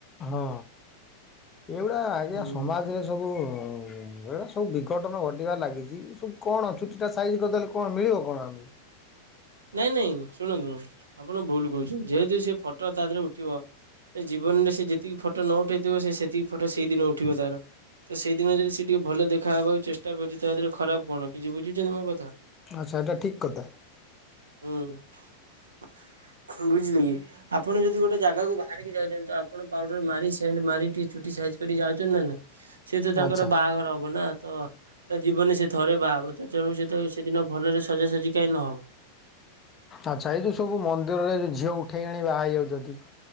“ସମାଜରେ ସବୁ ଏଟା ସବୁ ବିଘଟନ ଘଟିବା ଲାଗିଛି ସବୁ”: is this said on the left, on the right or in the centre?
Left